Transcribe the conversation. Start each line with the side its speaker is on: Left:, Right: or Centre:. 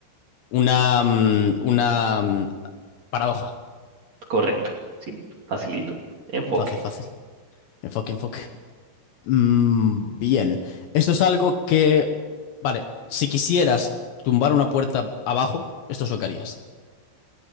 Left: Una, mm, una mm, paradoja.
Right: Correcto, sí, facilito. Enfoque.
Left: Fácil, fácil. Enfoque, enfoque. Mm, bien. Esto es algo que... Vale, si quisieras tumbar una puerta abajo, esto es lo que harías.